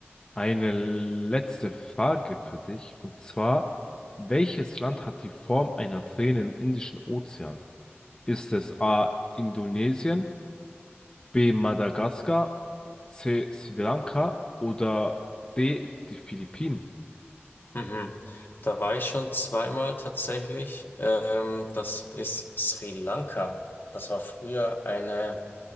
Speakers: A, on the left; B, on the left.
A: eine letzte Frage für dich. Und zwar, welches Land hat die Form einer Träne im Indischen Ozean? Ist es A. Indonesien, B. Madagaskar, C. Sri Lanka oder D. die Philippinen?
B: Mhm. Da war ich schon zweimal tatsächlich. Ähm, das ist Sri Lanka. Das war früher eine,